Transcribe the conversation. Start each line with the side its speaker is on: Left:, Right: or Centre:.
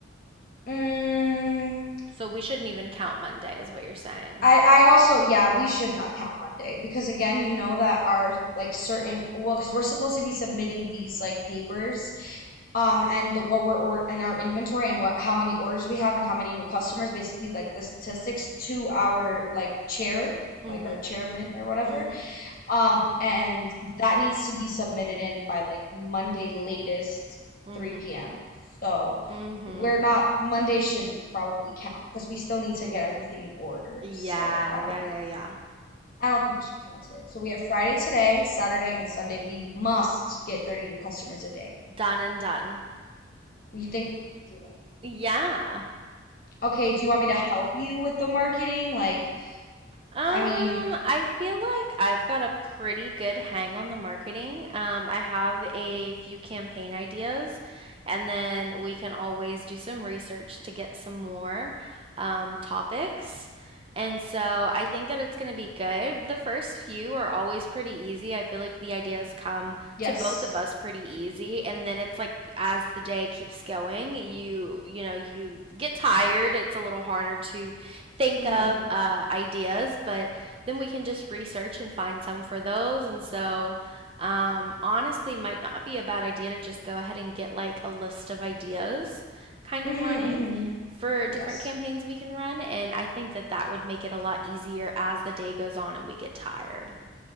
Left: Mm,
Right: So we shouldn't even count Monday, is what you're saying.
Left: I I also yeah, we should not count Monday because again, you know that our like certain well, because we're supposed to be submitting these like papers, um, and the, what we're order and our inventory and what how many orders we have and how many new customers, basically like the statistics to our like chair,
Right: Mm-hmm.
Left: like our chairman or whatever.
Right: Mm-hmm.
Left: Um, and that needs to be submitted in by like Monday latest
Right: Mm-hmm.
Left: 3 p.m. So
Right: Mm-hmm.
Left: we're not, Monday shouldn't probably count because we still need to get everything in order.
Right: Yeah,
Left: So probably,
Right: yeah, yeah, yeah.
Left: I don't think we should count it. So we have Friday today, Saturday, and Sunday. We must get 30 new customers a day.
Right: Done and done.
Left: You think we can do that?
Right: Yeah.
Left: Okay, do you want me to help you with the marketing? Like,
Right: Um,
Left: I mean,
Right: I feel like I've got a pretty good hang on the marketing. Um, I have a few campaign ideas, and then we can always do some research to get some more um, topics. And so I think that it's going to be good. The first few are always pretty easy. I feel like the ideas come
Left: yes.
Right: to both of us pretty easy, and then it's like as the day keeps going, you you know, you get tired. It's a little harder to think
Left: Mm-hmm.
Right: of uh, ideas, but then we can just research and find some for those. And so, um, honestly, might not be a bad idea to just go ahead and get like a list of ideas kind
Left: Mm-hmm.
Right: of running
Left: Mm-hmm.
Right: for
Left: Yes.
Right: different campaigns we can run. And I think that that would make it a lot easier as the day goes on and we get tired.